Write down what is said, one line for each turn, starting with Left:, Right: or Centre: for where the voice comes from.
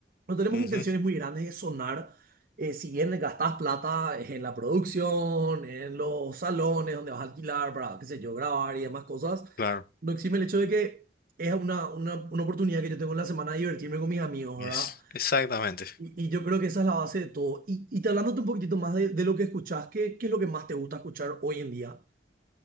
Right: No tenemos
Left: ujú,
Right: intenciones muy grandes de sonar eh, si bien gastás plata en la producción, en los salones donde vas a alquilar para, qué sé yo, grabar y demás cosas,
Left: claro,
Right: no exime el hecho de que es una, una, una oportunidad que yo tengo en la semana de divertirme con mis amigos,
Left: es
Right: ¿verdad?
Left: exactamente.
Right: Y, y yo creo que esa es la base de todo. Y, y te hablándote un poquitito más de, de lo que escuchás, ¿qué, qué es lo que más te gusta escuchar hoy en día?